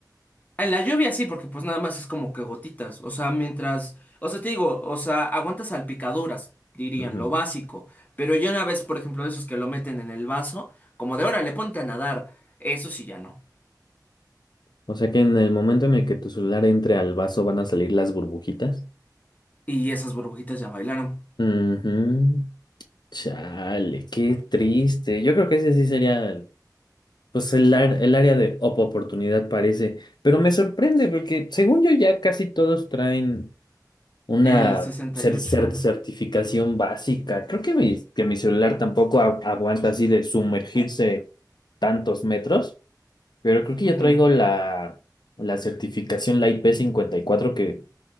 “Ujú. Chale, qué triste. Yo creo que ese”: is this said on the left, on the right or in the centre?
Left